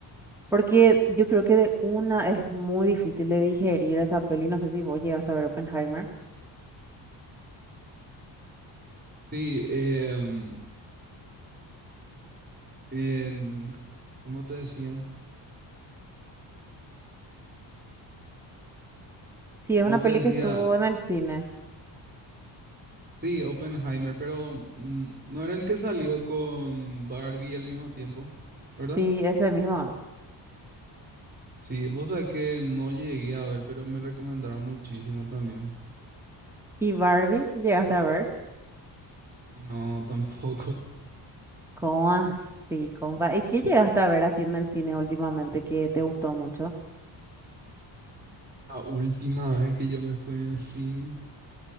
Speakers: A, in the centre; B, on the right (about 20°).
A: Porque yo creo que de una es muy difícil de digerir esa peli. No sé si vos llegaste a ver Oppenheimer.
B: Sí, em, em, ¿cómo te decía?
A: Sí, es
B: ¿Cómo
A: una
B: te
A: peli
B: decía?
A: que estuvo en el cine.
B: Sí, Oppenheimer, pero mm, no era el que salió con Barbie al mismo tiempo, ¿verdad?
A: Sí, ese mismo es.
B: Sí, vos sabés que no llegué a ver, pero me recomendaron muchísimo también.
A: ¿Y Barbie llegaste a ver?
B: No, tampoco.
A: ¿Cómo así, compa? ¿Y qué llegaste a ver así en el cine últimamente que te gustó mucho?
B: <laughs> La última vez que yo me fui en el cine,